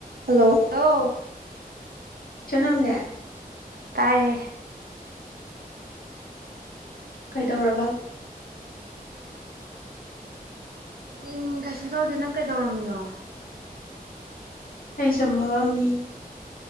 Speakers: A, on the right; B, on the left.
A: hello ꯂꯣ
B: ꯆꯟꯅꯅꯦ
A: ꯇꯥꯏꯌꯦ
B: ꯀꯩꯗꯧꯔꯕ
A: ꯎꯝ ꯀꯩꯁꯨ ꯇꯧꯗꯦ ꯅꯪ ꯀꯩꯗꯧꯔꯝꯃꯤꯅꯣ
B: ꯑꯩ ꯁꯨꯝ ꯐꯝꯃꯝꯃꯤ